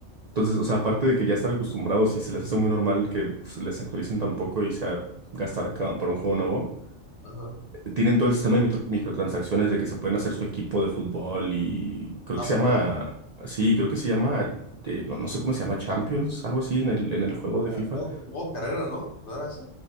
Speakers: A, on the right; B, on the left.
A: entonces, o sea, aparte de que ya estar acostumbrados y se les hace muy normal que pues, les actualicen tampoco y sea gastar ca- por un juego nuevo,
B: Ajá.
A: tienen todo el sistema de mitro- microtransacciones de que se pueden hacer su equipo de fútbol y creo
B: Ah,
A: que
B: o sea,
A: se llama,
B: aparte,
A: sí, creo que se llama, eh, no, no sé cómo se llama, Champions, algo así en el, en el juego de
B: ah,
A: FIFA.
B: modo modo carrera, ¿no? ¿No era ese?